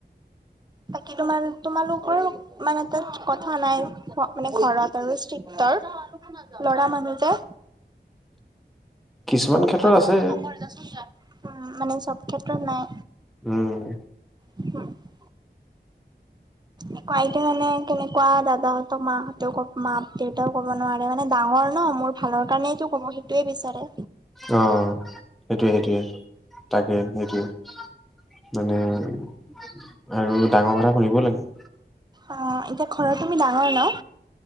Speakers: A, on the right; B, in the centre.
A: বাকী তোমাৰ তোমালোকৰ মানে তাত কথা নাই মানে ঘৰত আৰু ষ্ট্ৰিকটৰ ল'ৰা মানুহ যে।
B: কিছুমান ক্ষেত্ৰত
A: অ,
B: আছে
A: ফাল্টু নকৰ যা চোন যা মানে চব ক্ষেত্ৰত নাই।
B: উম,
A: উম, <unintelligible> একো আইতা জানে কেনেকোৱা দাদাহতৰ মাহতেও মাক-দেউতাও কব নোৱাৰে মানে ডাঙৰ ন মোৰ ভালৰ কাৰণেইটো ক'ব সেইটোৱে বিচাৰে।
B: অ, সেইটোয়ে-সেইটোৱে তাকে সেইটোৱে। মানে আৰু ডাঙৰ কথা শুনিব লাগে।
A: অ, এতিয়া ঘৰৰ তুমি ডাঙৰ ন?